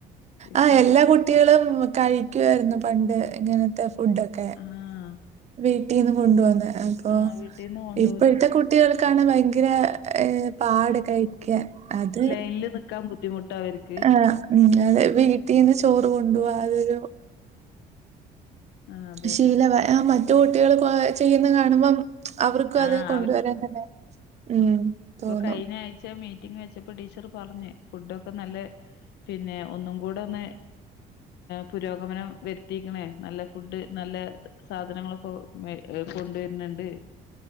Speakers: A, on the left; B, on the right.
A: ഇപ്പം
B: ആ എല്ലാ കുട്ടികളും കഴിക്കുവായിരുന്നു പണ്ട് ഇങ്ങനത്തെ ഫുഡൊക്കെ
A: ആഹ്
B: വീട്ടിൽ നിന്ന് കൊണ്ട പോന്ന് അപ്പൊ
A: ആഹ് വീട്ടീന്ന് കൊണ്ടോവൂല
B: ഇപ്പോഴത്തെ കുട്ടികൾ കാണാൻ ഭയങ്കര പാട കഴിക്ക അത്
A: ലൈനിൽ നിൽാൻ ബുദ്ധിമുട്ട് അവക്ക്
B: ആഹതെ വീട്ടിൽന്ന് ചോറ് കൊണ്ടുപോവാ അതൊരു
A: ആഹ് അതെ
B: ശീല വ മറ്റു കുട്ടികൾ ചെയ്യുന്ന കാണുമ്പം അവർക്കും അത്
A: ആഹ്
B: കൊണ്ടുവരാൻ തന്നെ ഉം
A: അപ്പൊ
B: തോന്നും
A: കഴിഞ്ഞ ആഴ്ച മീ ി വെച്ചപ്പോ ടീച്ചർ പറഞ്ഞു ഫുഡ ഒക്കെ നല്ല പിന്നെ ഒന്നും കൂടെ ഒന്ന് പുരോഗമനം വരുത്തിയിക്കണേ നല്ല ഫുഡ് നല്ല സാധനങ്ങളൊക്കെ കൊണ്ടുവരരുന്നുണ്ട്